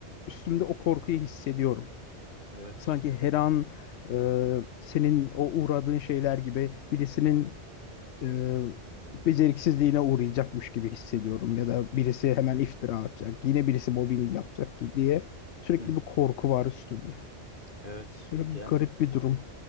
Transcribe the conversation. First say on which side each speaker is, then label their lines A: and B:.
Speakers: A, on the left; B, on the left.
A: üstümde o korkuyu hissediyorum.
B: Evet.
A: Sanki her an e, senin o uğradığın şeyler gibi birisinin e, beceriksizliğine uğrayacakmış gibi hissediyorum ya da birisi hemen iftira atacak, yine birisi mobbing yapacak ki diye sürekli
B: Hı hı.
A: bir korku var üstümde.
B: Evet.
A: Böyle
B: Yani
A: garip bir durum.